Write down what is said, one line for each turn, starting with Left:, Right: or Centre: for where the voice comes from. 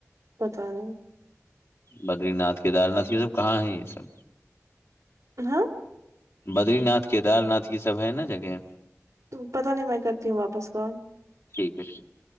Right: پت نہیں
Left: بدری ناتھ کیدار ناتھ یہ سب کہاں ہے یہ سب
Right: ہاں
Left: بدری ناتھ کیدار ناتھ یہ سب ہے نا جگہ
Right: تو پتا نہیں میں کرتی ہوں واپس کال
Left: ٹھیک ہے ٹھیک <unintelligible>